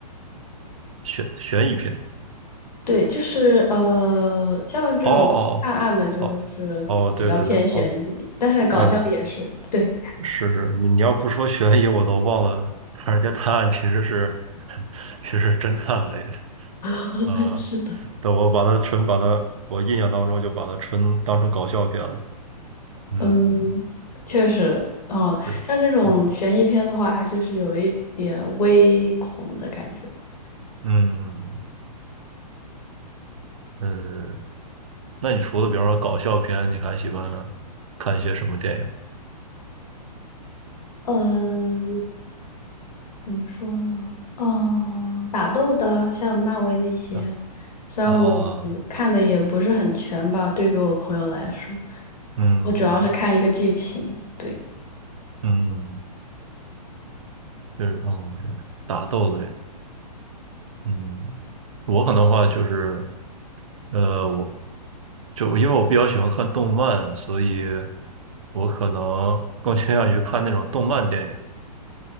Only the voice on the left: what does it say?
对，就是呃，像这种暗暗的，
就是比较偏悬疑，
但是搞笑也是，
对，
<laughs>
是的，
嗯，确实，哦，
像这种悬疑片的话，
它就是有一点微恐的感觉吧。
呃，怎么说呢？呃，打斗的，像漫威那些，
虽然我
看的也不是很全吧，对比我朋友来说，
我主要是看一个剧情，对。